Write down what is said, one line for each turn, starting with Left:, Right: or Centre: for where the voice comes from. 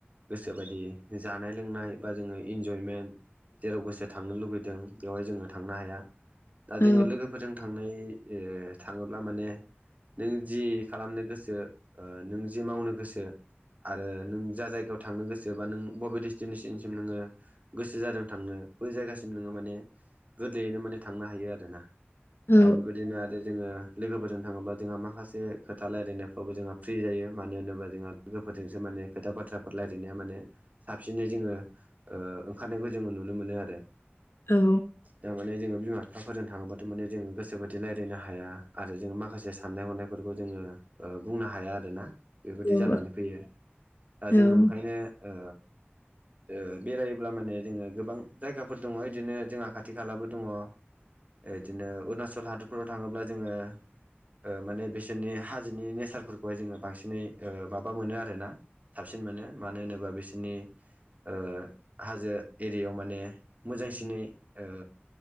Right: गोसोबायदि जानाय-लोंनाय बा जोङो इन्जयमेन्ट जेराव गोसो थांनो लुुबैदों बेवहाय जोङो थांनो हाया दा
Left: औ
Right: जोङो लोगोफोरजों थांनाय ओ थाङोब्ला माने नों जि खालामनो गोसो ओ नों जि मावनो गोसो आरो नों जा जायगायाव थांनो गोसोबा नों बबे डेस्टिनेसनसिम नोङो गोसो जादों थांनो बै जायगासिम नोङो माने गोदोयैनो माने थांनो हायो आरोना
Left: औ
Right: दा बेबायदिनो आरो जोङो लोगोफोरजों थाङोब्ला जोंहा माखासे खोथा रायलायनायफ्रावबो जोंहा फ्रि जायो मानो होनोबा जोंहा लोगोफोरजोंसो माने खोथा बाथ्राफोर रायलायनाया माने साबसिनै जोङो ओ ओंखारनायखौ जोङो नुनो मोनो आरो
Left: औ
Right: दा माने जोङो बिमा-बिफाफोरजों थाङोबाथ' माने जों गोसोबायदि रायलायनो हाया आरो जों माखासे जे साननाय-हनायफोरखौ जोङो ओ बुंनो हाया आरोना बिबायदि
Left: औ
Right: जानानै फैयो दा
Left: औ
Right: जोङो ओंखायनो ओ ओ बेरायोब्ला माने जोङो गोबां जायगाफोर दङ' इदिनो जोंहा खाथि खालाबो दङ' ओ इदिनो अरुणाचल हादरफोराव थाङोब्ला जोङो ओ माने बिसोरनि हाजोनि नेचारफोरखौहाय जोङो बांसिनै ओ माबा मोनो आरोना साबसिन मोनो मानो होनोबा बिसोरनि ओ हाजो एरियायाव माने मोजांसिनै ओ